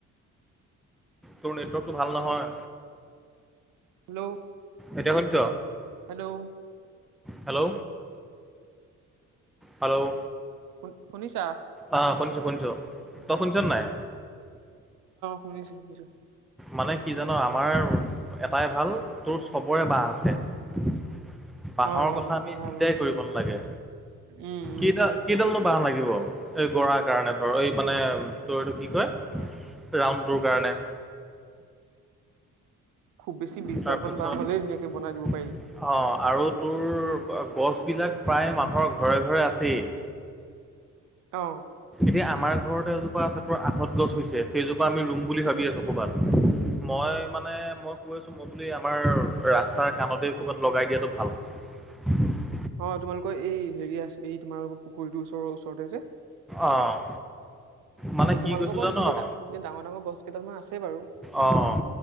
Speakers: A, in the centre; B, on the right.
A: তোৰ নেটৱৰ্কটো ভাল নহয়।
B: হেল্ল'।
A: এতিয়া শুনিছ'?
B: হেল্ল'।
A: হেল্ল'। হেল্ল'।
B: শুন-শুনিছা?
A: আহ শুনিছো শুনিছো, তই শুনিছ নাই?
B: শুনিছোঁ শুনিছোঁ
A: মানে কি জান আমাৰ এটাই ভাল তোৰ চবৰে বাঁহ আছে। বাঁহৰ
B: অ অ
A: কথা
B: সেইটো
A: আমি
B: ভাল
A: চিন্তাই
B: অ
A: কৰিব নালাগে
B: উম উম
A: কিডাল কিডালনো বাঁহ লাগিব এই গৰাৰ কাৰণে ধৰ এই মানে টো কি কয় ৰামটোৰ কাৰণে
B: খুব বেছি বিশডাল
A: তাৰপিছত
B: মান বাঁহ হলেই
A: অ',
B: ধুনীয়াকে বনাই দিব পাৰি
A: আৰু তোৰ গছবিলাক প্ৰায় মানুহৰ ঘৰে ঘৰে আছিল।
B: অ
A: এতিয়া আমাৰ ঘৰত এজোপা চাতৰ আহত গছ হৈছে সেইজোপা আমি ৰুম বুলি ভাবি আছোঁ ক'ৰবাত মই মানে মই কৈ আছোঁ মই বুলি আমাৰ ৰাস্তাৰ কাণতে ক'ৰবাত লগাই দিয়াটো ভাল উ।
B: অ', তোমালোকৰ এই হেৰি আছে এই তোমালোকৰ পুখুৰীতটো ওচৰ ওচৰতে যে
A: অ' মানে
B: তাতো
A: কি
B: তোমালোকৰ
A: কৈছোঁ
B: বাৰু
A: জান
B: এইখেইতে
A: অ'
B: ডাঙৰ ডাঙৰ গছ কেইদালান আছে বাৰু।
A: অ',